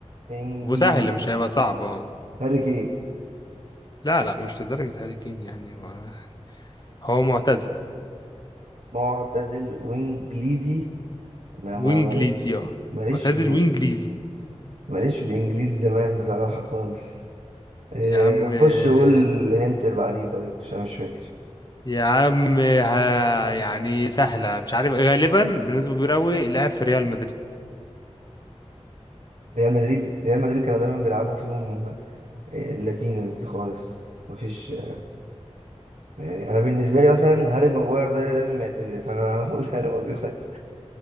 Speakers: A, on the right (about 80°); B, on the left (about 35°).
A: انجليزي
B: وسهل مش هيبقى صعب اه
A: هاري كين
B: لا لا مش لدرجه هاري كين يعني هو هو معتزل
A: معتزل وانجليزي انا
B: وانجليزي
A: ما مالي-
B: اه
A: ماليش
B: معتزل
A: في الانجليزي
B: وانجليزي
A: ماليش في الانجليزي زمان بصراحة خالص إيه
B: يا عم
A: طب
B: آه،
A: خش قول الهنت اللي بعديه طيب عشان مش فاكر
B: يا عم آه، ها يعني سهله مش عارف غالبا بنسبه كبيره قوي لعب في ريال مدريد
A: ريال مدريد ريال مدريد كانوا دايما بيلعبوا فيهم آه، لاتينز خالص مفيش آه، يعني انا بالنسبة لي مثلا هاري ماجواير ده لازم يعتزل فانا <laughs> هقول هاري ماجواير